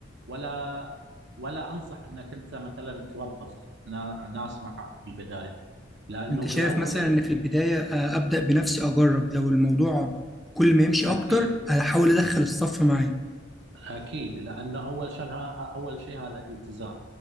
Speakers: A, on the right (about 65°); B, in the centre.
A: ولا ولا انصح انك انت مثلا توظف نا- ناس معك في البدايه لانه
B: انت شايف
A: في الاول
B: مثلا
A: انت
B: ان في البدايه آه، ابدا بنفسي اجرب لو الموضوع كل ما يمشي
A: اكيد
B: اكتر هحاول ادخل الصف معايا
A: أكيد لأنه أول شيء أول شيء هذا التزام